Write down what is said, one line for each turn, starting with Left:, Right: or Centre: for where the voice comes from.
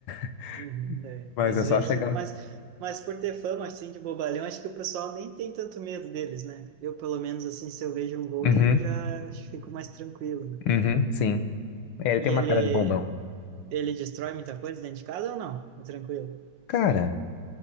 Left: <laughs>
Right: Uhum, é.
Left: Mas
Right: Às
Left: é só
Right: vezes,
Left: chegar.
Right: mas, mas por ter fama assim de bobalhão, acho que o pessoal nem tem tanto medo deles, né? Eu, pelo menos, assim, se eu vejo um Golden,
Left: Uhum,
Right: eu já fico mais tranquilo, né?
Left: uhum, sim. É, ele tem
Right: E
Left: uma
Right: ele,
Left: cara de bombão.
Right: ele destrói muita coisa dentro de casa ou não? É tranquilo.
Left: Cara,